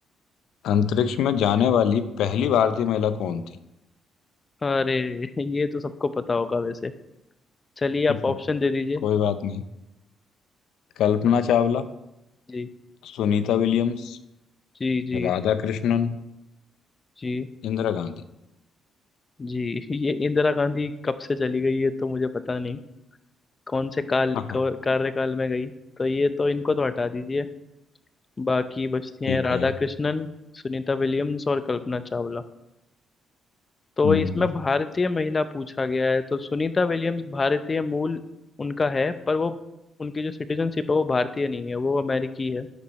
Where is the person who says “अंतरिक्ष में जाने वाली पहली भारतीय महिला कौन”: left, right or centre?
Left